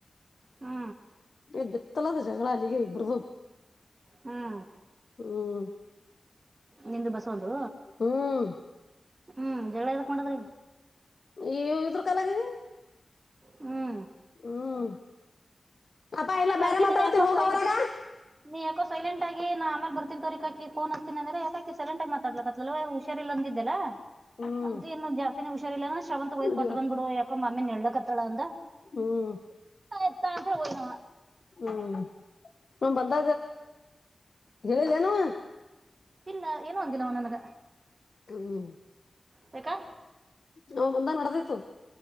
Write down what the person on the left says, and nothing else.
ಎ್ದತ್ತಲದು ಜಗಳ ಅಲ್ಲಿಗೆ ಇಬ್ರದುು
ಹ್ಮ್
ಹ್ಮ್
ಈ ಇದ್ರ ಕಾಲಗಿದೆ
ಹ್ಮ್ ಅಪ್ಪಾ ಇಲ್ಲ
ಬೇರೆ ಮಾತಾಡ್ತೀನಿ
ಹೋಗ
ಹೊರಗ
ಹ್ಮ್
ನಡಿಯೋ
ಹ್ಮ್
ಹ್ಮ್ ಹ ಬಂದ ಗೇ ಲೇನವ
ಹ್ಮ್
ನಾವು ಬಂದ ನಡೆದಿತ್ತು